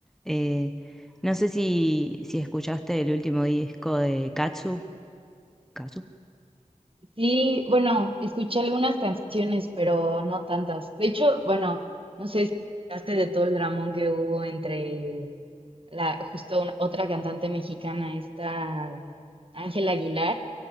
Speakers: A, in the centre; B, on the right (about 45°).
A: Eh, no sé si, si escuchaste el último disco de Katsu. ¿Katsu?
B: Sí, bueno, escuché algunas canciones, pero no tantas. De hecho, bueno, no sé si hablaste de todo el dramón que hubo entre la, justo un- otra cantante mexicana, esta Ángela Aguilar,